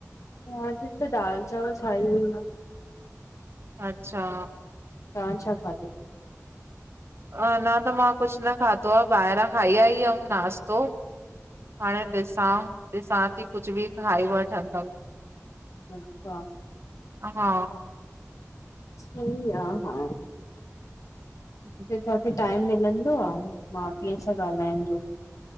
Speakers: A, on the left (about 75°); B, on the right (about 50°).
A: मां अॼु त दाल चांवल ठाई हुई न
B: अच्छा
A: तहां छा खाधो?
B: अना त मां कुछु न खादो आ, ॿाहिरां खाई आई हमि नाश्तो। हाणें ॾिसां, ॾिसां ती कुछ बि खाई वठंदमि।
A: अच्छा।
B: हा
A: सही आ, हा
B: हम्म
A: त तहांखे टाइम मिलंदो आ माउ पीअ सां ॻाल्हाइण जो?